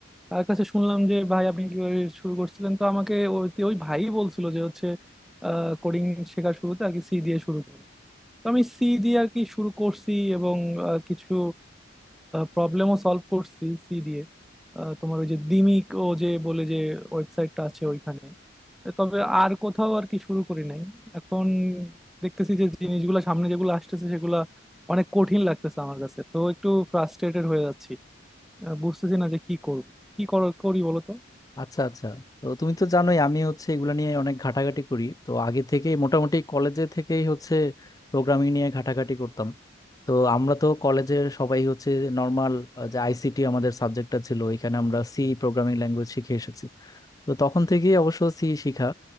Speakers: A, in the centre; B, on the left.
A: তার কাছে শুনলাম যে ভাই আপনি কিভাবে শুরু করছিলেন তো আমাকে ওই ওই ভাই বলছিল যে হচ্ছে কোডিং শেখার শুরুতে আর কি সি দিয়ে শুরু করো তো আমি সি দিয়ে আর কি শুরু করছি এবং আহ, কিছু প্রবলেমও সলভ করছি সি দিয়ে আহ, তোমার ওই যে দিমিক ও যে বলে যে ওয়েবসাইটটা আছে ওইখানে তবে আর কোথাও আর কি শুরু করি নাই এখন দেখতেছি যে জিনিসগুলো সামনে যেগুলো আসতেছে সেগুলা অনেক কঠিন লাগতেছে আমার কাছে তো একটু ফ্রাস্ট্রেটেড হয়ে যাচ্ছি আহ, বুঝতেছি না যে কি করব কি কর- করি বলো তো
B: আচ্ছা আচ্ছা তো তুমি তো জানোই আমি হচ্ছে এগুলো নিয়ে অনেক ঘাটাঘাটি করি তো আগে থেকেই মোটামুটি কলেজে থেকেই হচ্ছে প্রোগ্রামিং নিয়ে ঘাটাঘাটি করতাম তো আমরা তো কলেজের সবাই হচ্ছে নর্মাল যে আইসিটি আমাদের সাবজেক্টটা ছিল এখানে আমরা সি প্রোগ্রামিং ল্যাঙ্গুয়েজ শিখে এসেছি তো তখন থেকেই অবশ্য সি শিখা